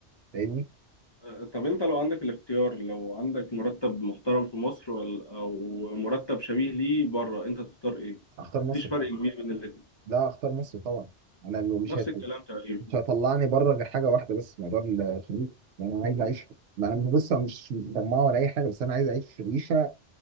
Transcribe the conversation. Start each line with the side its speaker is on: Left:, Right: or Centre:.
Right: فاهمني
Left: آه، طب انت لو عندك الاختيار لو عندك مرتب محترم في مصر ولا او مرتب شبيه ليه بره انت تختار ايه؟
Right: اختار مصر
Left: مفيش فرق كبير بين الاتنين
Right: لا اختار مصر طبعا انا اللي مش
Left: نفس
Right: هيطل...
Left: الكلام تقريبا
Right: مش هيطلعني بره غير حاجه واحده بس موضوع الشريف يعني انا عايز اعيش ما انا بص أنا مش مش طماع ولا اي حاجه بس انا عايز اعيش عيشه